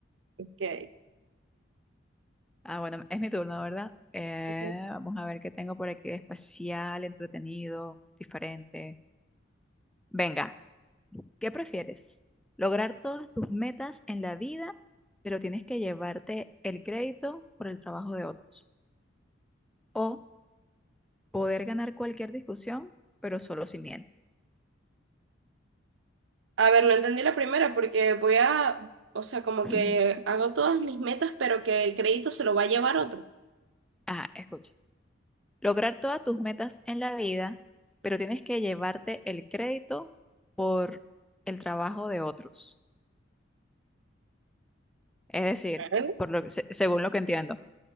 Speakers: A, on the right; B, in the centre.
A: que-
B: Ah, bueno, es mi turno, ¿verdad? Eh,
A: Ujú.
B: vamos a ver qué tengo por aquí de especial, entretenido, diferente. Venga, ¿qué prefieres? ¿Lograr todas tus metas en la vida, pero tienes que llevarte el crédito por el trabajo de otros? ¿O poder ganar cualquier discusión, pero solo si mientes?
A: A ver, no entendí la primera porque voy a, o sea, como
B: <clears throat>
A: que hago todas mis metas, pero que el crédito se lo va a llevar otro.
B: Ajá, escucha. Lograr todas tus metas en la vida, pero tienes que llevarte el crédito por el trabajo de otros. Es decir,
A: Bueno.
B: por lo que, se- según lo que entiendo.